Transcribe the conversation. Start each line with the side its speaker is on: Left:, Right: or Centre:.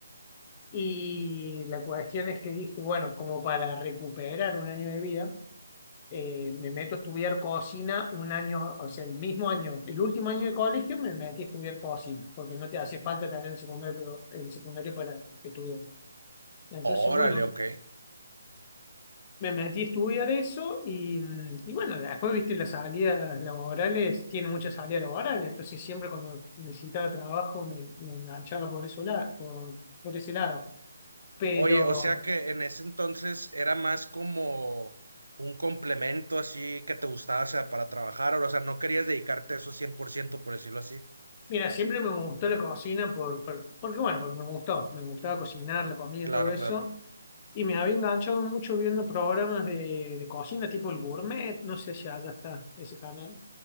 Left: Y la cuestión es que dije, bueno, como para recuperar un año de vida, eh, me meto a estudiar cocina un año, o sea, el mismo año, el último año de colegio me metí a estudiar cocina, porque no te hace falta tener el secundario, el secundario para estudiar. Entonces,
Right: Órale,
Left: bueno,
Right: ok.
Left: me metí a estudiar eso y, mm, y bueno, después, viste, las salidas laborales, tiene muchas salidas laborales, entonces siempre cuando necesitaba trabajo me, me enganchaba por eso la- por, por ese lado. Pero,
Right: Oye, o sea que en ese entonces era más como un complemento así que te gustaba, o sea, para trabajar, o sea, no querías dedicarte a eso 100%, por ciento, por decirlo así.
Left: mira, siempre me gustó la cocina por, por- porque, bueno, porque me gustó, me gustaba cocinar, la comida,
Right: Claro,
Left: todo eso.
Right: claro.
Left: Y me había enganchado mucho viendo programas de, de cocina, tipo el Gourmet, no sé si allá está ese canal.